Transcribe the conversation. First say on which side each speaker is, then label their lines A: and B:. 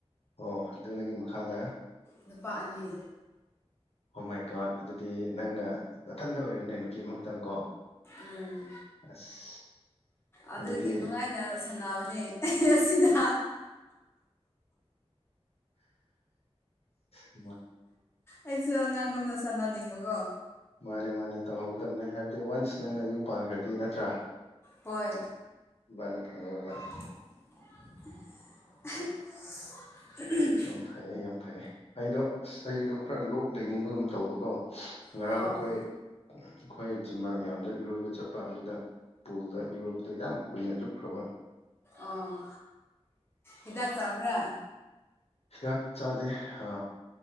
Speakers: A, on the left; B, on the left.
A: ꯑꯣ ꯑꯗꯨ ꯅꯪꯒꯤ ꯃꯈꯥꯗ
B: ꯅꯨꯄꯥ ꯑꯅꯤ
A: ꯍꯣ ꯃꯥꯏ ꯀꯥꯔꯗ ꯑꯗꯨꯗꯤ ꯅꯪꯅ ꯅꯥꯊꯟꯗ ꯑꯣꯏꯔꯦꯅꯦ ꯅꯨꯄꯤ ꯑꯃꯈꯛꯇꯪ ꯀꯣ
B: ꯎꯝ
A: ꯑꯁ
B: ꯑꯗꯨꯒꯤ
A: ꯑꯗꯨꯗꯤ
B: ꯅꯨꯡꯉꯥꯏꯅ ꯊꯟꯅꯕꯅꯦ ꯑꯁꯤꯗ
A: ꯑ
B: ꯑꯩꯁꯨ ꯑꯉꯥꯡꯒ ꯑꯃꯅ ꯁꯥꯟꯅꯅꯤꯡꯕꯀꯣ
A: ꯃꯥꯅꯦ ꯃꯥꯅꯦ ꯇꯧꯍꯧꯒꯗꯕꯅꯦ ꯍꯥꯏꯕꯗꯤ ꯋꯥꯟꯁ ꯅꯪꯅ ꯌꯨꯝ ꯄꯥꯟꯈ꯭ꯔꯗꯤ ꯅꯠꯇ꯭ꯔꯥ
B: ꯍꯣꯏ
A: ꯅ ꯊꯉꯕꯕꯥ
B: <unintelligible>
A: ꯌꯥꯝ ꯐꯩꯌꯦꯦ ꯌꯥꯝ ꯐꯩꯌꯦꯦ ꯑꯩꯗꯣ ꯑꯁ ꯑꯩꯗꯣ ꯈꯔ ꯂꯣꯛ ꯂꯩꯅꯤꯡꯕꯒꯨꯝ ꯇꯧꯕꯀꯣ ꯉꯔꯥꯡ
B: ꯑꯥ
A: ꯑꯩꯈꯣꯏ ꯑꯩꯈꯣꯏ ꯖꯤꯝꯃꯔ ꯃꯌꯥꯝꯗ ꯏꯔꯣꯏꯕ ꯆꯠꯄ ꯑꯗꯨꯗ ꯄꯨꯜꯗ ꯌꯨꯔꯕꯗ ꯌꯥꯝ ꯀꯨꯏꯅ ꯂꯨꯞꯈ꯭ꯔꯕ
B: ꯑꯥ ꯍꯤꯗꯥꯛ ꯇꯥꯕ꯭ꯔꯥ
A: ꯍꯤꯗꯥꯛ ꯆꯥꯗꯦ ꯑ